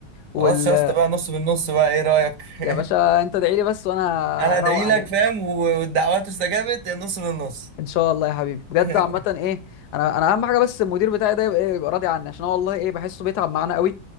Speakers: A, on the left; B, on the right.
A: وال
B: خلاص يا اسطى بقى نص بالنص بقى ايه رايك <laughs>
A: يا باشا انت ادعي لي بس وانا
B: انا
A: اروق
B: ادعي
A: عليك
B: لك فاهم والدعوات استجابت النص بالنص
A: ان شاء الله يا حبيبي بجد
B: <laughs>
A: عامه ايه انا انا اهم حاجه بس المدير بتاعي ده يبقى, إيه يبقى راضي عني عشان هو والله ايه بحسه بيتعب معانا قوي